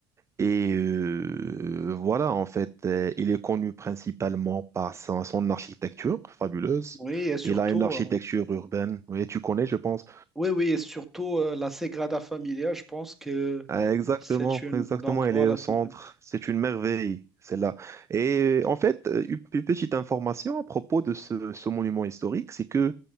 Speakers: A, on the right; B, in the centre.
A: Et euh, voilà, en fait, euh, il est connu principalement par son, son architecture fabuleuse.
B: Oui, et surtout
A: Il a une architecture
B: euh,
A: urbaine. Oui, tu connais, je pense.
B: oui oui et surtout euh, la Sagrada Familia, je pense que
A: Ah, Exactement,
B: c'est une
A: exactement,
B: donc
A: elle
B: voilà.
A: est au centre.
B: c'est-
A: C'est une merveille, celle-là. Et euh, en fait, euh, une une petite information à propos de ce, ce monument historique, c'est que